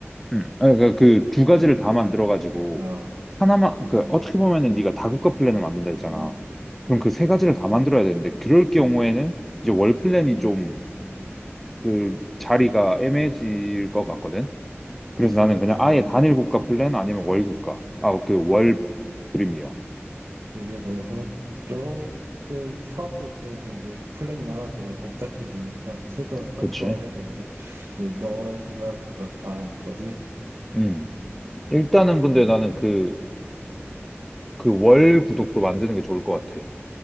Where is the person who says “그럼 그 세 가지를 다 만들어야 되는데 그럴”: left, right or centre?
Centre